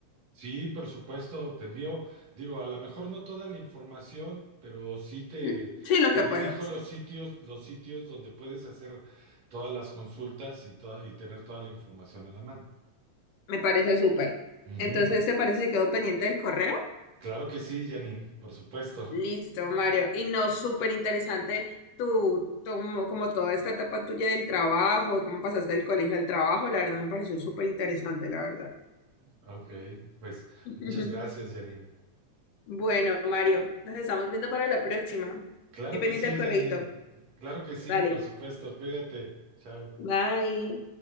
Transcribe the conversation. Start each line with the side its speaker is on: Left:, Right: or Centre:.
Right: Sí, por supuesto, te envío, digo, a lo mejor no toda la información, pero sí te,
Left: Mm, Sí, lo
Right: te
Left: que puedas.
Right: dirijo los sitios, los sitios donde puedes hacer todas las consultas y, toda- y tener toda la información a la mano.
Left: Me parece súper.
Right: Ujú.
Left: Entonces, ¿te parece si quedo pendiente del correo?
Right: Claro que sí, Janine, por supuesto.
Left: Listo, Mario. Y no, súper interesante tu, tu- como, como toda esta etapa tuya del trabajo, cómo pasaste del colegio al trabajo, la verdad me pareció súper interesante, la verdad.
Right: Ok, pues
Left: <laughs>
Right: muchas gracias, Janine.
Left: Bueno, Mario, nos estamos viendo para la próxima.
Right: Claro
Left: Estoy pendiente
Right: que sí,
Left: del correíto.
Right: Janine. Claro que sí,
Left: Dale,
Right: por supuesto. Cuídate. Chao.
Left: bye.